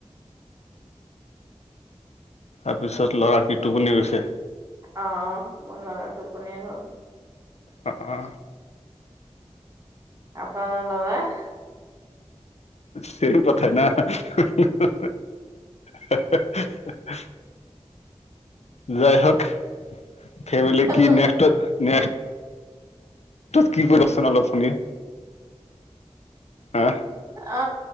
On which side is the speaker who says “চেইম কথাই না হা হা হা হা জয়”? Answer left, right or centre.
Left